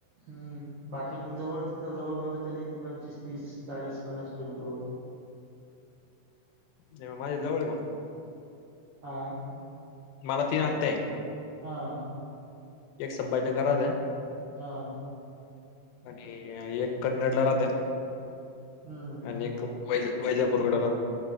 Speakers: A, on the right; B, on the left.
A: हम्म बाकी मग जवळच तर जवळ म्हणलं तरी पंचवीस, तीस, चाळीस. पन्नास किलोमीटरवर.
B: नाईम माझ्या जवळेम.
A: हां.
B: मला तीन आत्त्याय.
A: हां.
B: एक संभाजीनगरात्या.
A: हां.
B: आणिइ येक कन्नडला राहत्या.
A: हम्म
B: आणि एक वैज वैजापूरकडे राहत्या